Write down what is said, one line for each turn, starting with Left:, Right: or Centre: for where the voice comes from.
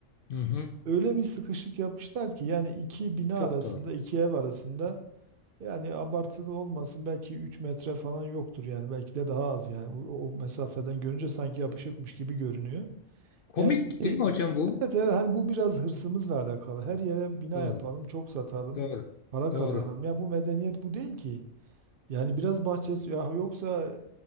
Left: hı. hı.
Right: öyle bir sıkışık yapmışlar ki yani iki bina
Left: Çok
Right: arasında,
Left: doğru.
Right: iki ev arasında yani abartılı olmasın belki 3 metre falan yoktur yani belki de daha az yani o, o mesafeden görünce sanki yapışıkmış gibi görünüyor.
Left: Komik
Right: Yani e,
Left: değil
Right: evet,
Left: mi hocam bu?
Right: evet hani bu biraz hırsımızla alakalı. Her yere bina
Left: Doğru.
Right: yapalım, çok satalım,
Left: Doğru.
Right: para
Left: Doğru.
Right: kazanalım. Ya bu medeniyet bu değil ki. Yani biraz bahçesi ya yoksa